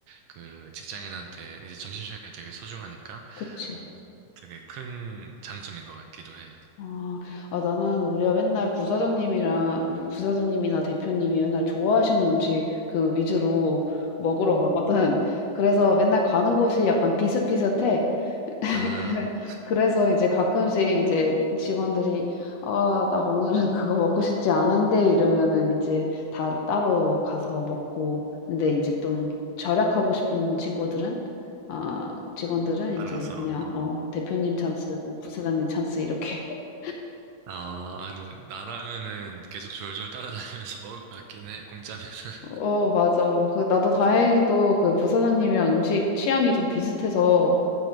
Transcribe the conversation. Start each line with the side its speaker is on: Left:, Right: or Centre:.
Right: 그 직장인한테 이제 점심시간이 되게 소중하니까
Left: 그치.
Right: 어, 되게 큰 장점인 것 같기도 해.
Left: 아. 아 나는 우리가 맨날 부사장님이랑 뭐 부사장님이나 대표님이 맨날 좋아하시는 음식 그 위주로 먹으러 가거든. 그래서 맨날 가는 곳이 약간 비슷비슷해. <laughs>
Right: 아,
Left: 그래- 그래서 이제 가끔씩 이제 직원들이 아, 나 오늘은 <laughs> 그거 먹고 싶지 않은데 이러면은 이제 다, 따로 가서 먹고 근데 이제 좀 절약하고 싶은 친구들은 아, 직원들은
Right: 따라가서.
Left: 이제 그냥
Right: 어.
Left: 어, 대표님 찬스, 뭐 부사장님 찬스 이렇게 <laughs>
Right: 아, 아, 근데 나라면은 계속 졸졸 따라다니면서 <laughs> 먹을 것 같긴 해, 공짜면은. <laughs>
Left: 어, 맞아. 그 나도 다행히도 그 부사장님이랑 음식 취향이 좀 비슷해서